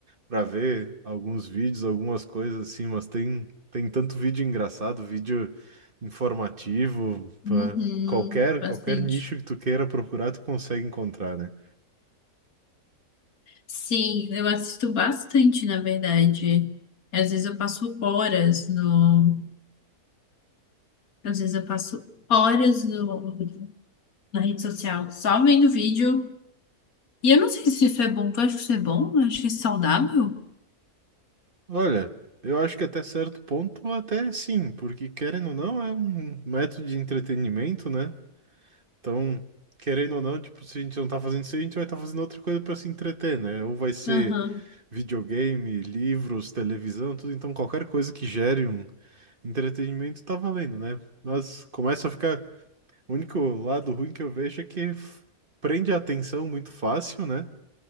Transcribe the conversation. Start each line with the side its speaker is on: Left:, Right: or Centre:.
Right: para ver alguns vídeos, algumas coisas assim, mas tem tem tanto vídeo engraçado, vídeo informativo, pra
Left: Uhum,
Right: qualquer
Left: bastante.
Right: qualquer nicho que tu queira procurar, tu consegue encontrar, né?
Left: Sim, eu assisto bastante, na verdade. Às vezes eu passo horas no, às vezes eu passo horas no, na rede social só vendo vídeo. E eu não sei se isso é bom. Tu acha que isso é bom? Eu acho isso saudável.
Right: Olha, eu acho que até certo ponto, até sim, porque querendo ou não, é um método de entretenimento, né? Então, querendo ou não, tipo, se a gente não tá fazendo isso, a gente vai estar fazendo outra coisa para se entreter, né? Ou vai ser
Left: Aham.
Right: videogame, livros, televisão, tudo. Então, qualquer coisa que gere um entretenimento tá valendo, né? Mas começa a ficar. O único lado ruim que eu vejo é que f- prende a atenção muito fácil, né?